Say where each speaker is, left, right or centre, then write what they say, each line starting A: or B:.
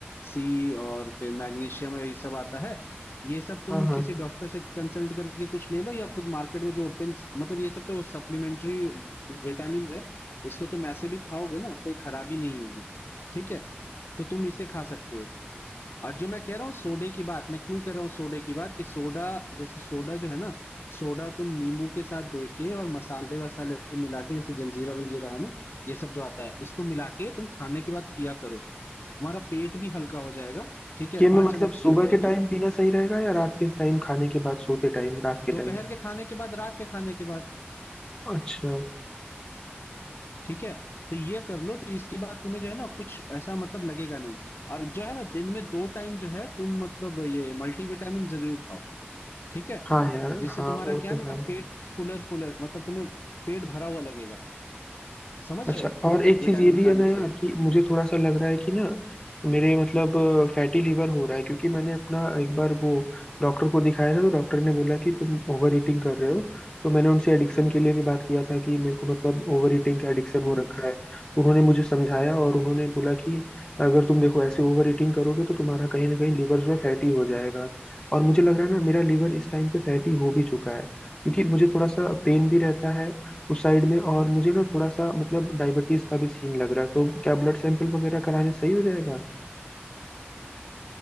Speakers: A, on the left; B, on the left.
A: सी और फिर मैग्नीशियम ये सब आता है ये सब तुम
B: हाँ हाँ
A: किसी डॉक्टर से कंसल्ट करके कुछ ले लो या खुद मार्केट में जो ओपन मतलब ये सब तो सप्लीमेंट्री विटामिन है इसको तुम ऐसे भी खाओगे ना कोई खराबी नहीं होगी ठीक है तो तुम इसे खा सकते हो और जो मैं कह रहा हूँ सोडे की बात मैं क्यों कह रहा हूँ सोडे की बात कि सोडा जैसे सोडा जो है ना सोडा तुम नींबू के साथ दे के और मसाले वसाले मिला के जैसे जलजीरा वलजीरा है ना ये सब जो आता है इसको मिला के तुम खाने के बाद पिया करो तुम्हारा पेट भी हल्का हो जाएगा ठीक है
B: ये
A: पाचन
B: मैं मतलब
A: अच्छी
B: सुबह
A: हो जाएगी
B: के टाइम पीना सही रहेगा या रात के टाइम खाने के बाद सोते टाइम रात के
A: दोपहर
B: टाइम
A: के खाने के बाद रात के खाने के बाद
B: अच्छा
A: ठीक है तो ये कर लो तो इसके बाद तुम्हें जो है ना कुछ ऐसा मतलब लगेगा नहीं और जो है ना दिन में दो टाइम जो है तुम मतलब ये मल्टीविटामिन जरूर खाओ ठीक है
B: हाँ यार
A: जिससे
B: हाँ
A: तुम्हारा
B: वो
A: क्या
B: तो
A: ना
B: है
A: पेट फुलर फुलर मतलब तुम्हें पेट भरा हुआ लगेगा समझ
B: अच्छा
A: रहे हो
B: और एक
A: विटामिन
B: चीज ये भी
A: खाने
B: है ना यार
A: से
B: कि मुझे थोड़ा सा लग रहा है कि ना मेरे मतलब फैटी लीवर हो रहा है क्योंकि मैंने अपना एक बार वो डॉक्टर को दिखाया था तो डॉक्टर ने बोला कि तुम ओवर ईटिंग कर रहे हो तो मैंने उनसे एडिक्शन के लिए भी बात किया था कि मेरे को मतलब ओवर ईटिंग का एडिक्शन हो
A: हम्म
B: रखा है तो उन्होंने मुझे समझाया और उन्होंने बोला कि अगर तुम देखो ऐसे ओवर ईटिंग करोगे तो तुम्हारा कहीं ना कहीं लीवर जो है फैटी हो जाएगा और मुझे लग रहा है ना मेरा लीवर इस टाइम पे फैटी हो भी चुका है क्योंकि मुझे थोड़ा सा पेन भी रहता है उस साइड में और मुझे ना थोड़ा सा मतलब डायबिटीज का भी सीन लग रहा है तो क्या ब्लड सैंपल वगैरह कराने सही हो जाएगा